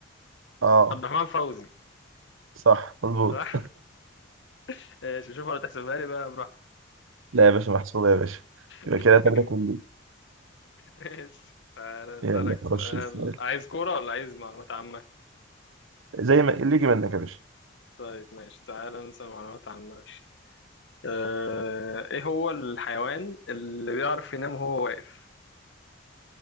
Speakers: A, on the right (about 75°); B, on the left (about 60°).
A: اه
B: عبد الرحمن فوزي
A: صح مظبوط
B: صح؟ <laughs> ماشي شوف ولا تحسبها لي بقى براحتك
A: لا يا باشا محسوبه يا باشا يبقى
B: <laughs>
A: كده تلاته كلي
B: ماشي أنا أسألك
A: يلا خش
B: سؤال
A: السؤال
B: عايز كورة ولا عايز معلومات عامة؟
A: زي ما اللي يجي منك يا باشا
B: طيب ماشي تعالى نسأل معلومات عن ماشي آه، ايه هو الحيوان اللي بيعرف ينام وهو واقف